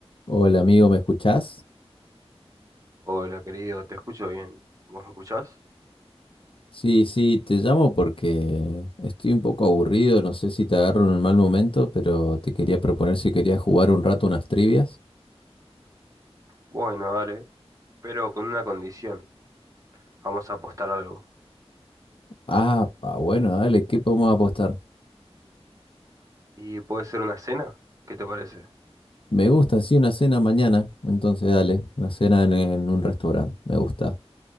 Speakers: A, on the left (about 55°); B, on the right (about 30°).
A: Hola amigo, ¿me escuchás?
B: Hola, querido, te escucho bien. ¿Vos me escuchás?
A: Sí, sí, te llamo porque estoy un poco aburrido, no sé si te agarro en un mal momento, pero te quería proponer si querías jugar un rato unas trivias.
B: Bueno, dale, pero con una condición. Vamos a apostar algo.
A: Ah, pa, bueno, dale, ¿qué podemos apostar?
B: ¿Y puede ser una cena? ¿Qué te parece?
A: Me gusta, sí, una cena mañana, entonces dale, una cena en, en un restaurante, me gusta.